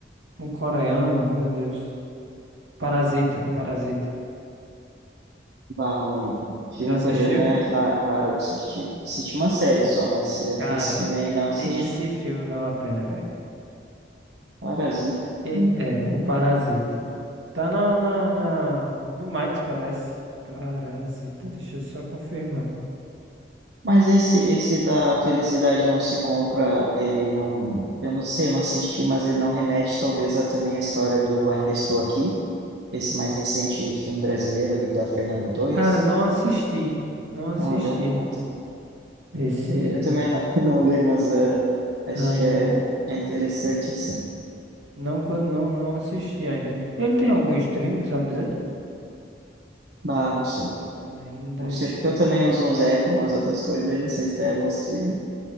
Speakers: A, on the right; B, on the right.
A: um coreano, meu Deus, Parasita, o Parasita.
B: Ah, não olhei. cara. Filme
A: Já assistiu?
B: coreano é ra- raro assistir. Assisti uma série só, mas é,
A: Cara,
B: esse filme aí não assisti.
A: esse filme vale a pena, velho.
B: Parasita.
A: E-
B: Hum.
A: é, o Parasita. Tá na, na, na- no Max, parece. Parasita, deixa eu só confirmar.
B: Mas esse, esse da Felicidade Não Se Compra, ele não. Eu não sei, eu não assisti, mas ele não remete talvez a também a história do Ainda Estou Aqui, esse mais recente filme brasileiro ali da Fernanda Torres.
A: Cara, não assisti. Não assisti
B: Não olhou? Ah, tá.
A: esse
B: Eu também não, <laughs> não olhei, mas é, acho
A: ainda.
B: que é, é interessante assim.
A: Não, co- não, não assisti ainda. Ele tem algum stream, tu sabe dizer?
B: Ah, não sei.
A: Ainda
B: Não sei
A: está.
B: porque eu também uso uns apps, umas outras coisas, daí não sei se tem algum streaming.